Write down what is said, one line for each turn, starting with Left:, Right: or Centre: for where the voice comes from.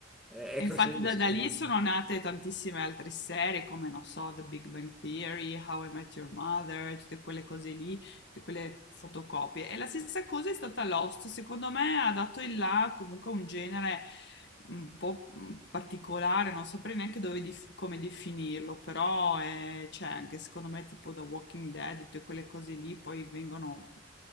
Centre: è
Left: E infatti
Centre: così il
Left: da,
Centre: sistema.
Left: da lì sono nate tantissime altre serie come, non so, The Big Bang Theory, How I Met Your Mother, tutte quelle cose lì, tutte quelle fotocopie. E la stessa cosa è stata Lost, secondo me ha dato il là comunque a un genere un po' mm, particolare, non saprei neanche dove dif- come definirlo, però è- c'è anche secondo me tipo The Walking Dead, tutte quelle cose lì poi vengono